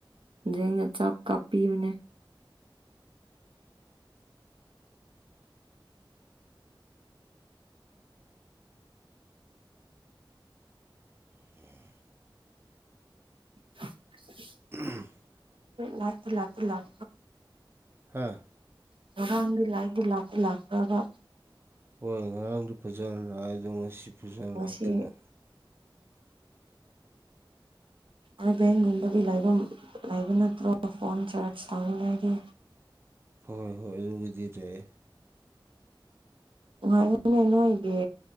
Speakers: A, on the right; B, on the right.
A: ꯌꯦꯖ ꯑꯆꯥꯞ ꯀꯥꯞꯄꯤꯌꯨꯅꯦ
B: ꯑꯣ
A: <unintelligible>
B: ꯎꯝ
A: ꯂꯥꯛꯇ ꯂꯥꯛꯇ ꯂꯥꯛ
B: ꯍꯥꯥ
A: ꯉꯔꯥꯡꯗꯤ ꯂꯥꯏꯗꯤ ꯂꯥꯛꯇ ꯂꯥꯛꯄꯕ
B: ꯍꯣꯏ ꯉꯔꯥꯡꯗꯨ ꯐꯖꯅ ꯂꯥꯛꯑꯦꯗꯣ ꯉꯁꯤ ꯐꯖꯅ
A: ꯃꯁꯤ
B: ꯂꯥꯛꯇꯦꯕ
A: ꯑ ꯕꯦꯟꯒꯨꯝꯕꯗꯤꯕ ꯂꯥꯏꯕ ꯅꯠꯇ꯭ꯔꯣ ꯐꯣꯟ ꯆꯥꯔꯖ ꯇꯥꯅꯤꯡꯉꯥꯏꯒꯤ
B: ꯍꯣꯏ ꯍꯣꯏ ꯑꯗꯨꯒꯤꯗꯤꯔꯑꯦ
A: ꯎꯝ ꯅꯣꯣꯏꯒ